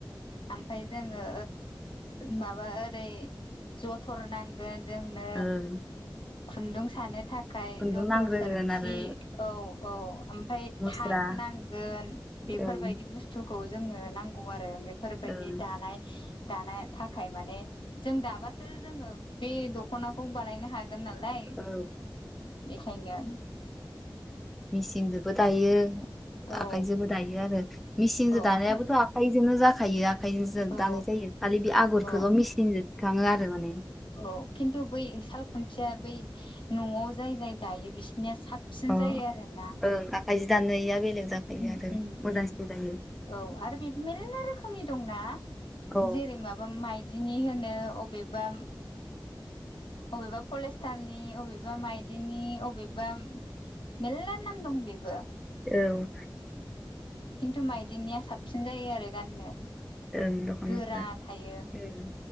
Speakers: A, on the left; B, in the centre.
A: ओमफफ्राय जोङो माबा ओरै जथर नांगोन। जोंनो
B: ओं
A: खुन्दुं सानो थाखाय
B: खुन्दुं
A: जथर
B: नांग्रोगोन
A: सोर <unintelligible> औ औ,
B: आरो
A: ओमफ्राय
B: मुस्रा
A: थार नांगोन बेफोरबायदि
B: ओं
A: बुस्थुखौ <unintelligible> जोंनो नांगौ आरो। बेफोरबायदि
B: ओं
A: दानाय -दानाय थाखाय माने जों दाबासो जोङो बे दख'नाखौ बानायनो हागोन। हागोन नालाय
B: औ
A: बेखायनो
B: मेसिनजोंबो दायो।
A: औ
B: आखायजोंबो दायो आरो। मिसिनजों
A: औ
B: दानायाबोथ'
A: आखाइ
B: आखाइजोंनो जाखायो। आखायजों जों
A: औ
B: दानाय जायो। खालि बे आगरखौल'
A: औ
B: मेसिनजों थिखाङो आरो माने
A: औ खिन्थु, बै साल खुन्थिया बै न'आव जाय- जाय दायो बिसोर <unintelligible> साबसिन
B: अ
A: जायो आरोना।
B: ओं <unintelligible> बेलेग जाखायो
A: उम
B: आरो
A: उम
B: मोजांसिन
A: उम
B: जायो।
A: औ आरो बे मेरला रोखोमनि दंना
B: औ
A: जेरै माबा माइ बिदिनि होनो अबेबा अबेबा कलस्टारनि, अबेबा माइदिनि, अबेबा <unintelligible> मेरला नाम दं बेबो।
B: औ।
A: खिन्थु माइदिनिया साबसिन जायो आरो गाननो।
B: ओं दख'नाफ्रा
A: गोरा थायो
B: उम